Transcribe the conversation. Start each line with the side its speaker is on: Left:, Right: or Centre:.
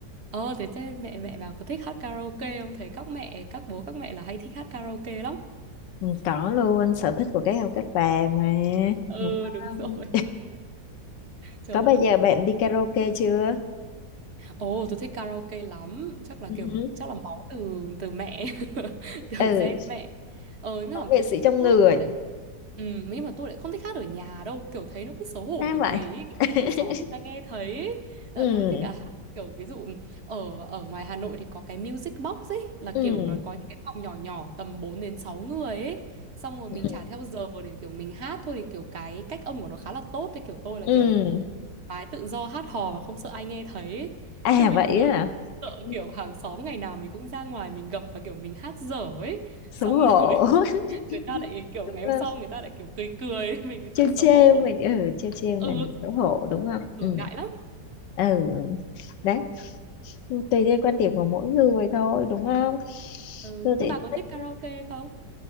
Right: Ờ thế thế mẹ mẹ bảo có thích hát karaoke không? Thấy các mẹ, các bố các mẹ là hay thích hát karaoke lắm.
Left: Ừ, có luôn sở thích của các ông các bà mà
Right: Ừ
Left: đúng
Right: đúng
Left: không
Right: <laughs> rồi. Trời
Left: có
Right: ơi.
Left: bao giờ bạn đi karaoke chưa
Right: Ồ, tôi thích karaoke lắm, chắc là
Left: ừ
Right: kiểu
Left: hứ.
Right: chắc là máu từ từ mẹ, <laughs> kiểu
Left: ừ
Right: gen mẹ. Ờ nhưng
Left: giống
Right: mà
Left: nghệ sĩ trong
Right: tôi
Left: người
Right: tôi lại ừ, nhưng mà tôi lại không thích hát ở nhà đâu, kiểu thấy nó cứ xấu hổ
Left: sao
Right: kiểu
Left: vậy
Right: gì ấy, kiểu
Left: <laughs>
Right: bị hàng xóm người ta nghe thấy ấy.
Left: ừ
Right: Là tôi thích là hát kiểu ví dụ ở ở ngoài Hà Nội thì có cái music box ấy, là
Left: ừ
Right: kiểu nó có những cái phòng nhỏ nhỏ tầm 4 đến 6 người ấy. Xong rồi mình
Left: ừ
Right: trả theo giờ để kiểu mình hát thôi thì kiểu cái cách âm của nó khá là tốt thế kiểu tôi là
Left: ừ
Right: kiểu gái tự do hát hò mà không sợ ai nghe thấy ấy.
Left: à
Right: Chứ bình
Left: vậy
Right: thường
Left: á hả?
Right: sợ
Left: Ừ,
Right: kiểu hàng xóm ngày nào mình cũng ra ngoài mình gặp và kiểu mình hát dở ấy
Left: xấu
Right: xong
Left: hổ
Right: rồi
Left: <laughs>
Right: <laughs> người ta lại kiểu
Left: đúng
Right: ngày hôm
Left: không
Right: sau người ta lại kiểu cười cười <laughs> mình
Left: trêu
Right: thấy xấu
Left: trêu
Right: hổ
Left: mình ừ trêu trêu
Right: ừ,
Left: là mình xấu hổ đúng không
Right: ừ
Left: ừ
Right: ngại lắm
Left: ừ đấy tùy theo quan điểm của mỗi người thôi đúng
Right: ừ.
Left: không
Right: ừ.
Left: tôi
Right: nhưng
Left: thì
Right: bà có thích karaoke
Left: thích
Right: không